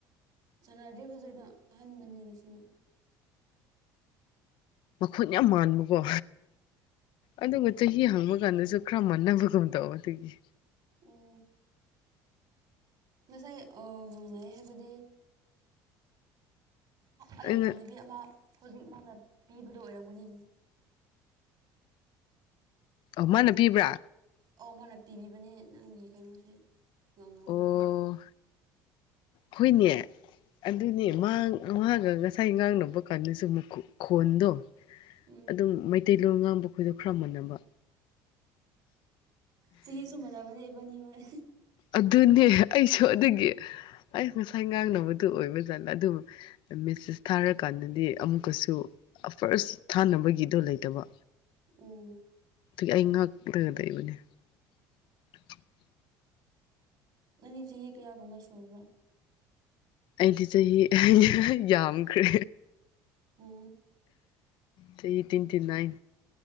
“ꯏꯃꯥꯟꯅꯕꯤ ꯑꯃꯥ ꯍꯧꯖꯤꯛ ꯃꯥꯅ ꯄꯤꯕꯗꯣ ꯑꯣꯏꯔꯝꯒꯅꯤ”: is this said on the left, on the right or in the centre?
Right